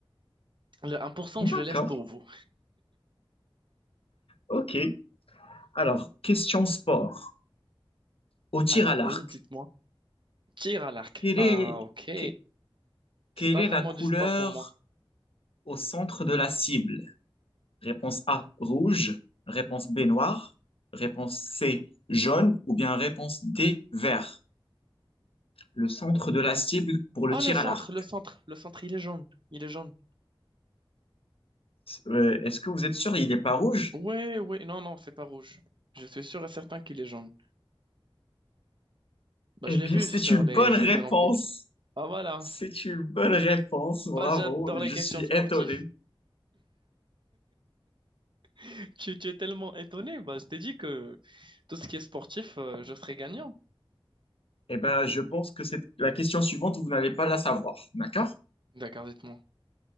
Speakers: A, on the right; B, on the left.
A: Le un pour cent je
B: D'accord,
A: le laisse pour vous.
B: ok. Alors, question sport. Au tir
A: Alors,
B: à l'arc,
A: oui, dites-moi. Tir à l'arc.
B: quelle
A: Ah,
B: est,
A: ok.
B: que- quelle
A: C'est pas
B: est
A: vraiment
B: la couleur
A: du sport pour moi.
B: au centre de la cible? Réponse A, rouge. Réponse B, noir. Réponse C, jaune. Ou bien réponse D, vert. Le centre de la cible pour le
A: Ah,
B: tir
A: le centre,
B: à l'arc.
A: le centre, le centre, il est jaune. Il est jaune.
B: Euh, Est-ce que vous êtes sûr, il n'est pas rouge?
A: Ouais, ouais, non, non, c'est pas rouge. Je suis sûr et certain qu'il est jaune. Bah,
B: Eh
A: je
B: bien,
A: l'ai vu
B: c'est
A: sur
B: une
A: les
B: bonne
A: Jeux
B: réponse.
A: Olympiques. Ah, voilà.
B: C'est une bonne réponse.
A: Bah,
B: Bravo.
A: j'adore
B: Je
A: les questions
B: suis
A: sportives.
B: étonné.
A: <laughs> Tu, tu es tellement étonné. Bah, je t'ai dit que tout ce qui est sportif, euh, je serai gagnant.
B: Eh bien, je pense que c'est la question suivante, vous n'allez pas la savoir. D'accord?
A: D'accord, dites-moi.